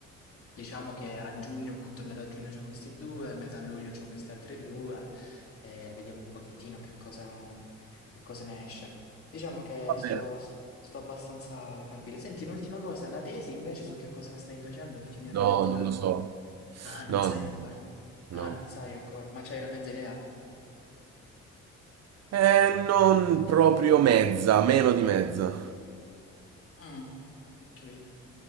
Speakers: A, on the left; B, on the right.
A: diciamo che a giugno, appunto a metà giugno c'ho questi due, a metà luglio c'ho questi altri due e vediamo un pochettino che cosa, mhmm, che cosa ne esce. Diciamo che
B: Va
A: sto,
B: bene.
A: sto abbastanza tranquillo. Senti, un'ultima cosa, la tesi invece su che cosa la stai facendo? Perché mi ero
B: No,
A: dimenticato.
B: non lo so.
A: Ah, non
B: No,
A: sai
B: non
A: ancora.
B: lo so.
A: Ah,
B: No.
A: non sai ancora, ma c'hai una mezza idea?
B: Eh, non proprio mezza, meno di mezza.
A: Mm, ho capito.